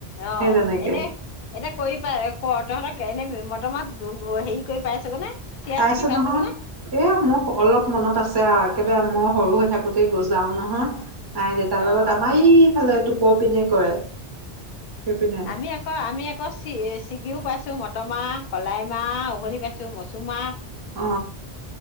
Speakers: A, on the left; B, on the right.
A: আহ
B: সেই তেনেকে
A: এনেই এনেই কৰি পাই ক তহঁতক এনে মটৰ নাহ হেৰি কৰি পাই চগে নে চিৰা
B: পাইছো
A: ছিগি পাইছগৈ
B: নহয়
A: নে?
B: এ মোক অলপ মনত আছে আৰু একোৰে মই সৰু হৈ থাকোতেই গৈছিলে যাও নহয়। নাই দেতাৰ
A: অ',
B: লগত আমাৰ ই ফালে টোপৰ পিনে কৰে সেইপিনে
A: আমি আকৌ আমি আকৌ চি ছিগিও পাইছো পাইছোঁ মটৰ মাহ, কলাই মাহ উঘলি পাইছোঁ, মচুমাহ
B: অ